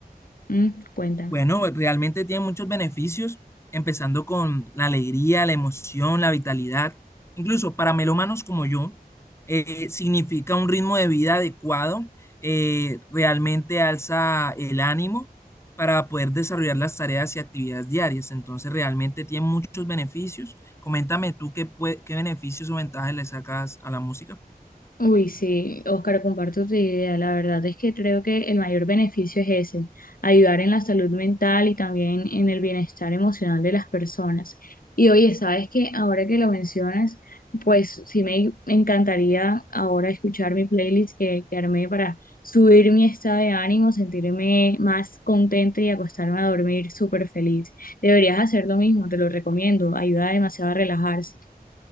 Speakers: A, on the left; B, on the left.
A: Mm, cuéntame.
B: Bueno, realmente tiene muchos beneficios, empezando con la alegría, la emoción, la vitalidad. Incluso para melómanos como yo, eh, significa un ritmo de vida adecuado, eh, realmente alza el ánimo para poder desarrollar las tareas y actividades diarias. Entonces, realmente tiene muchos beneficios. Coméntame tú qué, pue- qué beneficios o ventajas le sacas a la música.
A: Uy, sí, Oscar, comparto tu idea. La verdad es que creo que el mayor beneficio es ese, ayudar en la salud mental y también en el bienestar emocional de las personas. Y oye, sabes que ahora que lo mencionas, pues sí me encantaría ahora escuchar mi playlist que, que armé para subir mi estado de ánimo, sentirme más contenta y acostarme a dormir súper feliz. Deberías hacer lo mismo, te lo recomiendo, ayuda demasiado a relajarse.